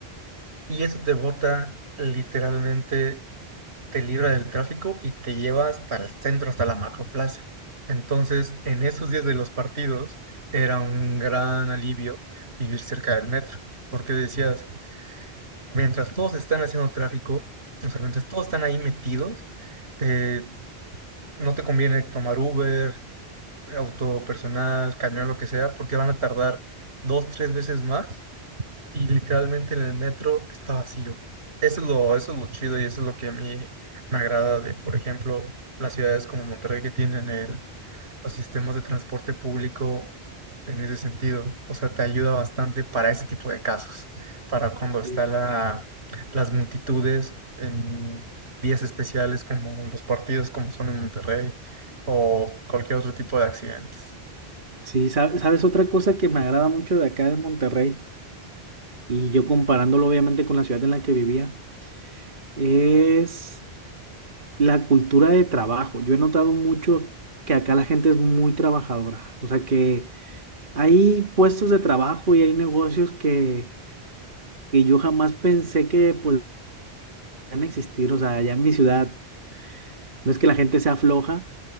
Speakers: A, on the right (about 85°); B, on the right (about 50°).
A: Y eso te bota literalmente, te libra del tráfico y te lleva hasta el centro, hasta la macroplaza. Entonces, en esos días de los partidos, era un gran alivio vivir cerca del metro. Porque decías, mientras todos están haciendo tráfico, o sea, mientras todos están ahí metidos, eh, no te conviene tomar Uber, auto personal, camión, lo que sea, porque van a tardar dos, tres veces más y literalmente en el metro está vacío. Eso es lo, eso es lo chido y eso es lo que a mí me agrada de, por ejemplo, las ciudades como Monterrey que tienen el, los sistemas de transporte público en ese sentido. O sea, te ayuda bastante para ese tipo de casos, para cuando está
B: Sí,
A: la, las multitudes en días especiales como los partidos como son en Monterrey o cualquier otro tipo de accidentes.
B: Sí, sa- sabes otra cosa que me agrada mucho de acá de Monterrey, y yo comparándolo obviamente con la ciudad en la que vivía, es la cultura de trabajo. Yo he notado mucho que acá la gente es muy trabajadora. O sea que hay puestos de trabajo y hay negocios que, que yo jamás pensé que podrían existir. O sea, allá en mi ciudad no es que la gente sea floja,